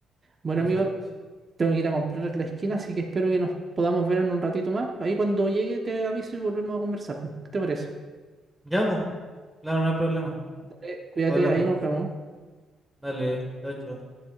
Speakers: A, on the right; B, in the centre.
A: Bueno,
B: Exacto.
A: amigo, tengo que ir a comprar en la esquina, así que espero que nos podamos ver en un ratito más. Ahí cuando llegue te aviso y volvemos a conversar. ¿Qué te parece?
B: Ya, pues, claro, no hay problema.
A: Eh, Cuídate,
B: Hablamos.
A: ahí nos vemos.
B: Dale, chao, chao.